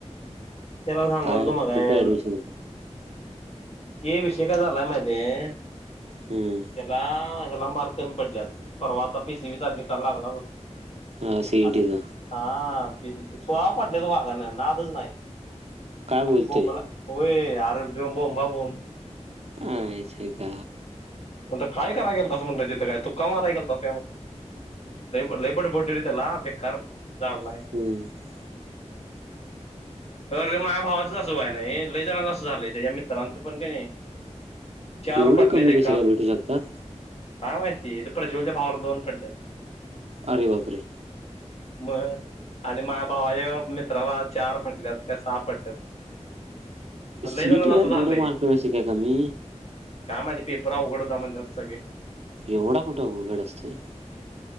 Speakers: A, on the left (about 60°); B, on the right (about 60°).
A: त्याला सांगालतो
B: काय
A: मगाच्यांन.
B: कुठे ऍडमिशन होत
A: ते विषय काय झालाय माहिती हाय
B: हम्म
A: तेला हेला मार कमी पडल्यात, परवा आता पी सी बी चा निकाला लागला बग
B: हा सीईटीचा
A: अरे हा. सोळा पाडल्यात वाघान नाद च नाही.
B: काय बोलतोय
A: बोंबला होय. आर ब बोंबाबोंब
B: आई च्या गाव
A: मणल काय कराय गेलतास म्हटल तिथं काय तुका मारय गेलतास लय लय बड तेला बेकार झाडलाय.
B: हम्म
A: तर माझ्या भावाचं असं व्हाय नाही लय जनाच असं झालंय त्याच्या मित्रांचं पण कणी चार
B: एवढे
A: पडलेत
B: कमी
A: एका
B: कसे काय भेटू शकतात?
A: काय माहिती इथ प्रज्वलच्या भावाला दोन पडल्यात.
B: अरे बाप रे.
A: मग आणि माझ्या भावाच्या मित्राला चार पडल्यात काय सहा पडल्यात.
B: सी
A: लय जणांचं
B: इ टी ला
A: असं झालंय
B: एवढं मार्ग कसे काय कमी?
A: काय माहिती पेपर आवघड होता म्हणत्यात सगळी.
B: एवढा कुठं आवगड असतोय.